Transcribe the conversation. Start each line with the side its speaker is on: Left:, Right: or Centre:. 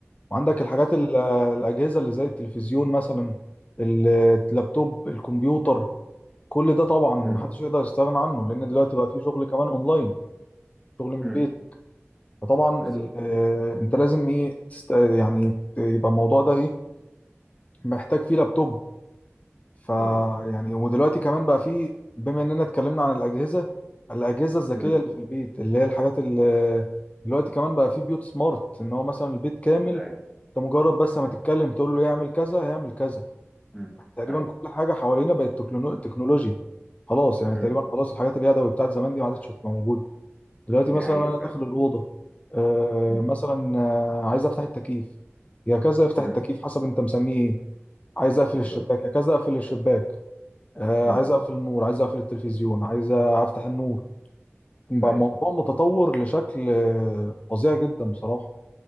Left: وعندك الحاجات
Centre: بالظبط
Left: ال- الاجهزة اللي زي التلفزيون مثلا اللابتوب الكمبيوتر كل ده طبعا محدش
Centre: مم.
Left: يقدر يستغنى عنه لان دلوقتي بقى في شغل كمان اونلاين شغل من البيت
Centre: مم.
Left: فطبعا ال-
Centre: بالظبط
Left: آه، انت لازم ايه تست... يعني يبقى الموضوع ده ايه محتاج فيه لابتوب فيعني
Centre: اه
Left: ودلوقتي كمان بقى فيه بما اننا اتكلمنا عن الاجهزه الاجهزه الذكيه
Centre: امم
Left: اللي في البيت اللي هي الحاجات اللي دلوقتي كمان بقى فيه بيوت سمارت ان هو مثلا البيت كامل
Centre: ايوه
Left: انت مجرد بس ما تتكلم تقول له يعمل كذا هيعمل كذا
Centre: امم
Left: تقريبا
Centre: ايوه
Left: كل حاجه حوالينا بقت تكنولو- تكنولوجيا خلاص يعني
Centre: امم
Left: تقريبا خلاص الحاجات اليدوي بتاعت زمان دي ما عادتش هتبقى موجوده دلوقتي
Centre: دي
Left: مثلا
Centre: حقيقة
Left: انا
Centre: فعلا
Left: داخل الاوضه آه
Centre: امم
Left: مثلا آه عايز افتح التكييف يا كذا افتح
Centre: امم
Left: التكييف حسب انت مسميه ايه عايز اقفل
Centre: بالظبط
Left: الشباك يا كذا اقفل الشباك آه
Centre: امم
Left: عايز اقفل النور عايز اقفل التلفزيون عايز افتح النور بقى
Centre: ايوه
Left: الموضوع متطور لشكل آه، فظيع جدا بصراحه